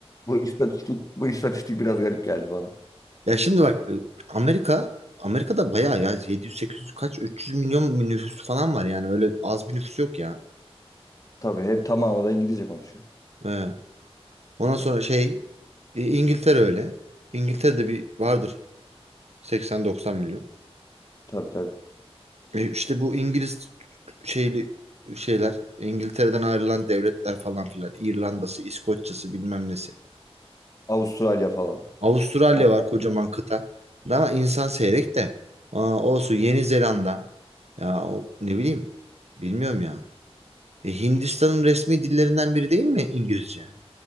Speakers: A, on the left (about 35°); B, on the right (about 85°).
A: Bu istatistik, bu istatistik biraz garip geldi bana.
B: Ya şimdi bak ıı, Amerika Amerika'da bayağı ya 700-800 kaç 300 milyon nüfus falan var yani öyle az bir nüfus yok ya.
A: Tabii hep tamamı da İngilizce konuşuyor.
B: Ee, Ondan sonra şey e, İngiltere öyle. İngiltere'de bir vardır 80-90 milyon.
A: Tabii tabii.
B: E, işte bu İngiliz şeyli şeyler İngiltere'den ayrılan devletler falan filan İrlanda'sı, İskoçya'sı bilmem nesi.
A: Avustralya falan.
B: Avustralya
A: O,
B: var kocaman kıta. Ama insan seyrek de. Aa, olsun Yeni Zelanda. Ya o, ne bileyim. Bilmiyorum ya. E, Hindistan'ın resmi dillerinden biri değil mi İngilizce?